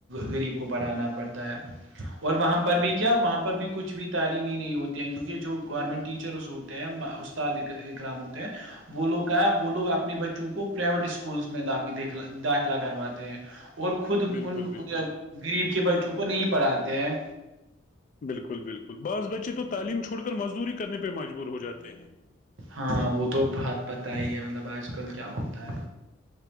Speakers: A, on the right; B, on the left.
A: غریب کو پڑھانا پڑتا ہے- اور وہاں پر بھی کیا وہاں پر بھی کچھ بھی تعلیم ہی نہیں ہوتے ہیں کیونکہ جو گورنمنٹ ٹیچرس ہوتے ہیں اس گرام ہوتے ہیں وہ لوگ کا وہ لوگ اپنے بچوں کو پرائیویٹ اسکولس میں داخلہ کرواتے ہیں اور خود
B: بالکل
A: ان
B: بالکل
A: غریب کے بچوں کو نہیں پڑھاتے ہیں
B: بالکل بالکل بعض بچے تو تعلیم چھوڑ کر مزدوری کرنے پہ مجبور ہو جاتے ہیں
A: ہاں وہ تو بت پت ہی ہے مطلب آج کل کیا ہوتا ہے